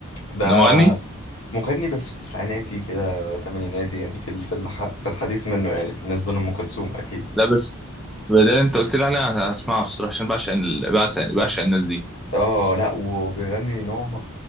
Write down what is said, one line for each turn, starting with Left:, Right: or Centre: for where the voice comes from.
Left: ده
Centre: ده مغني
Left: مغني بس في تسعيناتي كده تمانيناتي يعني في ال... في الح... في الحديث منه يعني بالنسبه لام كلثوم اكيد
Centre: لا بدل انت قلت لي انا هسمعه الصراحه عشان بعشق ال- بعشق بعشق الناس دي
Left: اه لا وبيغني نوع